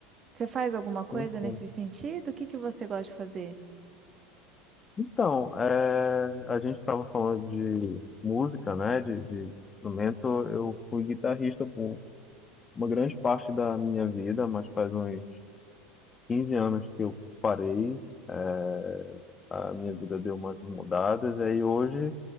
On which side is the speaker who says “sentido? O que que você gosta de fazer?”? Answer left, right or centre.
Right